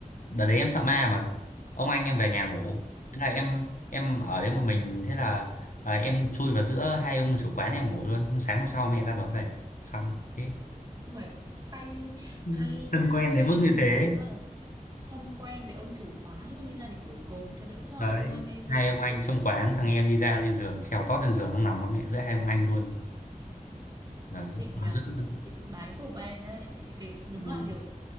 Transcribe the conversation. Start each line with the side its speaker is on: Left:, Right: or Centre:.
Left: đợt đấy em sợ ma mà ông anh em về nhà ngủ thế là em em ở đấy một mình thế là à, em chui vào giữa hai ông chủ quán em ngủ luôn sáng hôm sau mẹ ra đón về xong hết
Right: Đúng rồi. Hay
Left: Ừ,
Right: hay
Left: thân
Right: nha.
Left: quen đến
Right: Ê,
Left: mức như thế
Right: thế mà không quen với ông chủ quán luôn đi ra để ngủ cùng cho đỡ sợ
Left: đấy
Right: luôn. Ê
Left: hai
Right: tôi cũng
Left: ông anh
Right: cũng
Left: trong quán thằng em đi ra lên giường trèo tót lên giường ông nằm với mẹ giữa hai ông anh luôn đấy
Right: chị nhờ
Left: nằm dữ luôn
Right: chị bái phục em đấy cái đúng
Left: Đó.
Right: là kiểu